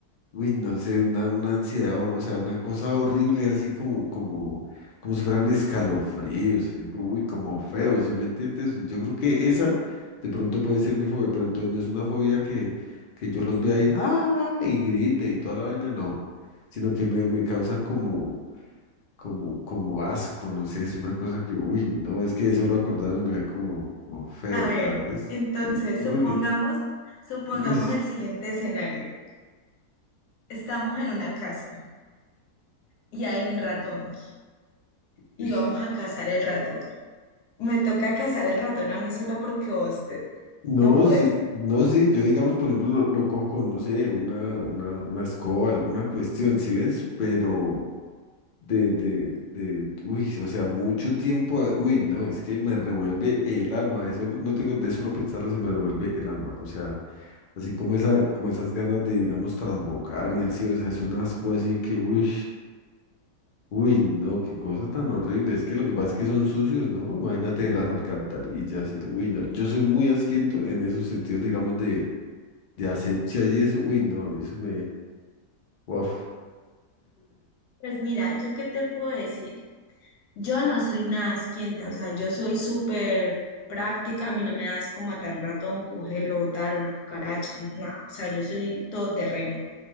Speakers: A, on the left (about 60°); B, on the left (about 75°).
A: Uy, no sé, una, una ansiedad, o o sea, una cosa horrible, así como, como, como si fueran escalofríos, así como, uy, como feos, ¿sí me entiendes? Yo creo que esa de pronto puede ser mi fobia, pero entonces no es una fobia que, que yo los vea ahí, ¡ah! y grite y toda la vaina, no, sino que me, me causa como, como, como asco, no sé, es una cosa que, uy, no, es que de solo acordarme me da como, como feo,
B: A ver,
A: ¿sabes?
B: entonces,
A: Uy,
B: supongamos, supongamos
A: uy,
B: el siguiente escenario. Estamos en una casa y hay un ratón. y
A: uy.
B: vamos a cazar el ratón. Me toca cazar el ratón a mí sola porque vos te-
A: No,
B: no puedes.
A: sí- no, sí, yo digamos, por ejemplo, lo, lo cojo con, no sé, una, una, una escoba, alguna cuestión, ¿sí ves? Pero de, de, de, uy, o sea, mucho tiempo, a- uy, no, es que me revuelve el alma, eso no no te digo de solo pensarlo se me revuelve el alma, o sea, así como esa, como esas ganas de, digamos, trasbocar y así, o sea, es un asco así que, uy, uy, no, qué cosa tan horrible, es que lo que pasa es que son sucios, ¿no? Imagínate las alcantarillas y todo, uy, no, yo soy muy asquiento en esos sentidos, digamos, de de asepsia y eso, uy, no, a mí eso me, uf,
B: Pues mira, ¿yo qué te puedo decir? Yo no soy nada asquienta, o sea, yo soy súper práctica, a mí no me das como matar un ratón, cogerlo, botar una cucaracha, nada, o sea, yo soy todoterreno.